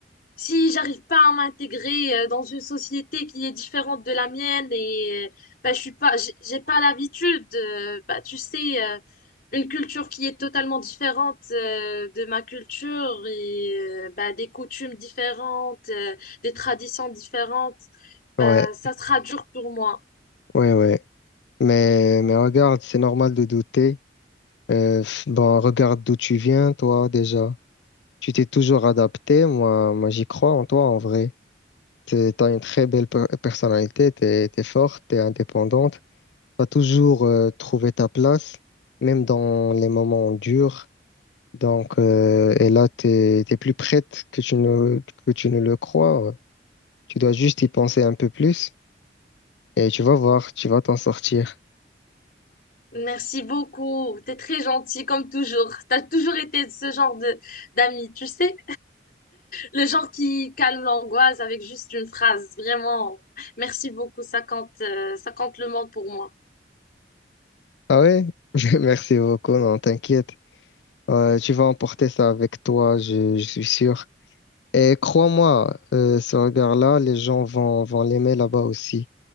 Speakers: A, on the left; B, on the left.
A: si j'arrive pas à m'intégrer euh, dans une société qui est différente de la mienne et euh, bah, je suis pas, j'ai j'ai pas l'habitude, euh, bah, tu sais, euh, une culture qui est totalement différente euh, de ma culture et euh, bah, des coutumes différentes, euh, des traditions différentes, bah,
B: Ouais,
A: ça sera dur pour moi.
B: ouais, ouais. Mais, mais regarde, c'est normal de douter. Euh, bon, regarde d'où tu viens, toi, déjà. Tu t'es toujours adapté. Moi, moi, j'y crois en toi, en vrai. Tu as une très belle per- personnalité, tu es, forte, tu es indépendante, tu as toujours euh, trouvé ta place, même dans les moments durs. Donc, euh, et là, tu es, plus prête que tu ne, que tu ne le crois. Tu dois juste y penser un peu plus et tu vas voir, tu vas t'en sortir.
A: Merci beaucoup, t'es très gentil comme toujours. T'as toujours été ce genre de d'amis, tu sais. Le genre qui calme l'angoisse avec juste une phrase. Vraiment, merci beaucoup. Ça compte, euh, ça compte le monde pour moi.
B: Ah ouais? <laughs> Merci beaucoup, non, t'inquiète. Euh, tu vas emporter ça avec toi, je, je suis sûr. Et crois-moi, euh, ce regard-là, les gens vont, vont l'aimer là-bas aussi.